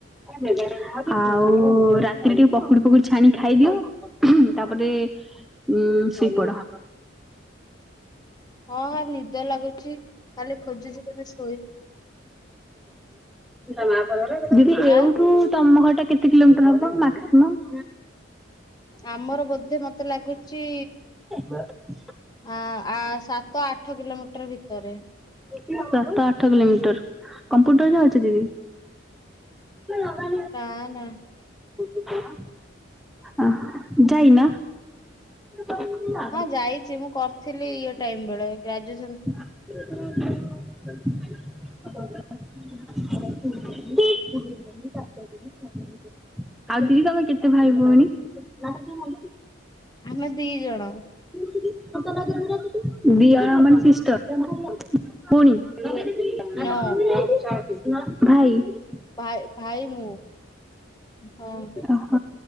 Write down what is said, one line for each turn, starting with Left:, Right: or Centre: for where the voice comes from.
Centre: ହେଇଚି ଆଉ ରାତିରେ ଟିକେ ପକୁଡି ପକୁଡି ଛାଣି ଖାଇଦିଅ ହୁ ତାପରେ ଉ ସେଇପଡ
Left: ହଁ ହଁଁ ନିଦ ଲାଗୁଛି କାଲି ଖୋଜୁଛି କେମେ ଶୋଇ
Centre: ଦିଦି ଏଉଠୁ
Left: ଆଁ
Centre: ତମ ଘରଟା କେତେ କିଲୋମିଟର ହବ ମାକ୍ସିମମ୍
Left: ଆମର ବୋଧେ ମତେ ଲାଗୁଚି
Centre: ହ <inaudible>
Left: ଆ ଆ ସାତ ଆଠ କିଲୋମିଟର ଭିତରେ
Centre: ସାତ ଆଠ କିଲୋମିଟର କମ୍ପୁଟର ଯାଉଛି ଦିଦି ଆଗ
Left: ନା ନା
Centre: <unintelligible> ଅ ହ ଯାଇନା ହ <inaudible>
Left: ହଁ ଯାଇଛି ମୁଁ କରିଥିଲି ଇଏ ଟାଇମ ବେଳେ ଗ୍ରାଜୁ
Centre: ଆ <unintelligible> <unintelligible> ଦିଦି ତମେ କେତେ ଭାଇ ଭଉଣୀ? ଲ <unintelligible>
Left: ଆମେ ଦି ଜଣ
Centre: ଦି ଜଣ ମାନେ ସିଷ୍ଟର ପୁଣି
Left: ନୋ
Centre: <unintelligible> ଭାଇ
Left: ଭାଇ ଭାଇ ମୁଁ ହଁ
Centre: ଓହୋ